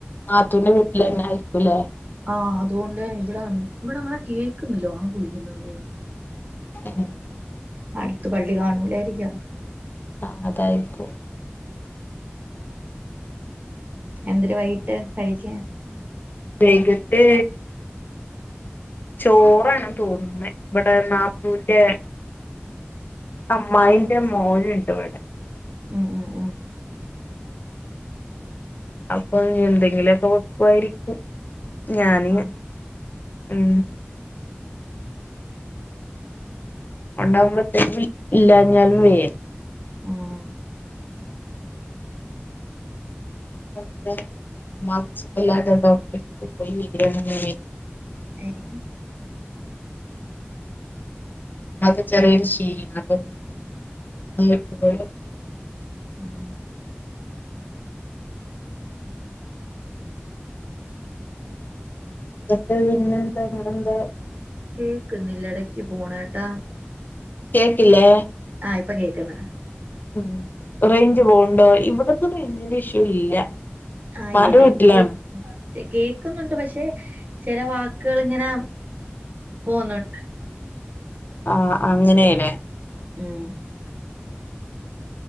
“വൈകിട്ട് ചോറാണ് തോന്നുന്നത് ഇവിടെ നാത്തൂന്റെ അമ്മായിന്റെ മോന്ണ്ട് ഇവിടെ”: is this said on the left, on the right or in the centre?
Left